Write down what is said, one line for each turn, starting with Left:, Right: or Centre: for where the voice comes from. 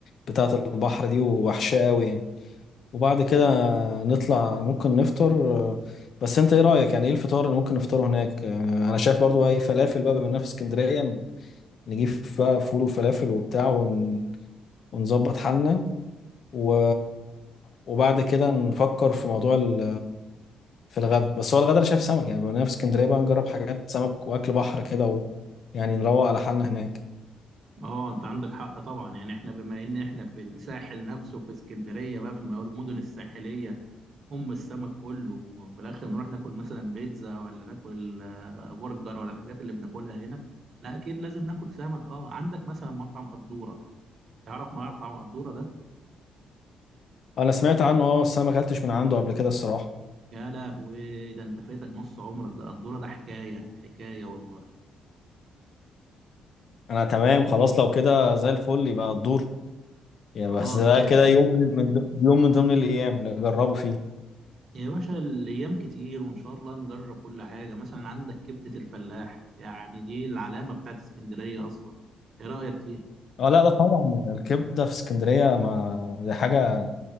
Left: بتاعة البحر دي ووحشاه قوي يعني وبعد كده نطلع ممكن نفطر آه، بس أنت إيه رأيك يعني إيه الفطار اللي ممكن نفطره هناك آه، أنا شايف برضه أي فلافل بقى بما إننا في اسكندرية نجيب بقى فول وفلافل وبتاع ون... ونظبط حالنا و... وبعد كده نفكر في موضوع ال... في الغدا بس هو الغدا انا شايف سمك يعني بما إننا في اسكندريه بقى نجرب حاجات سمك واكل بحر كده و... يعني نروق على حالنا هناك
Right: اه انت عندك حق طبعا يعني احنا بما ان احنا في الساحل نفسه في اسكندريه بقى في المدن الساحليه ام السمك كله وفي الاخر نروح ناكل مثلا بيتزا ولا ناكل آه، برجر ولا الحاجات اللي بناكلها هنا لا اكيد لازم ناكل سمك اه عندك مثلا مطعم قدوره تعرف معرض طبعا قدورة ده
Left: انا سمعت عنه اه بس انا ما اكلتش من عنده قبل كده الصراحه
Right: يا لهوي ده انت فاتك نص عمرك ده قدورة ده حكاية حكاية والله
Left: انا تمام خلاص لو كده زي الفل يبقى الدور يعني
Right: خلاص
Left: بس ده
Right: ماشي
Left: كده يوم من من ض- يوم من ضمن الايام نجربه فيه
Right: يا باشا الأيام كتير وإن شاء الله نجرب كل حاجة مثلا عندك كبدة الفلاح يعني دي العلامة بتاعت اسكندرية أصلا إيه رأيك فيها؟
Left: اه لا ده طبعا الكبده في اسكندريه ما دي حاجه